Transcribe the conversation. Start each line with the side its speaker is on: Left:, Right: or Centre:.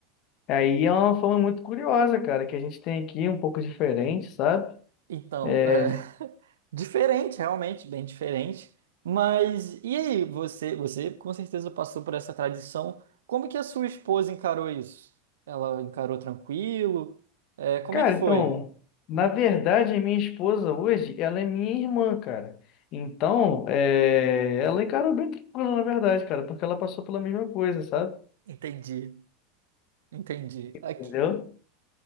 Left: Aí é uma forma muito curiosa, cara, que a gente tem aqui, um pouco diferente, sabe?
Right: Então,
Left: É,
Right: é, <laughs> diferente, realmente, bem diferente. Mas e aí, você, você com certeza passou por essa tradição. Como que a sua esposa encarou isso? Ela encarou tranquilo? É, como
Left: Cara,
Right: é que foi?
Left: então, na verdade, a minha esposa hoje, ela é minha irmã, cara. Então, é... ela encarou bem tranquila, na verdade, cara, porque ela passou pela mesma coisa, sabe?
Right: Entendi. Entendi.
Left: Entendeu?
Right: Aqui,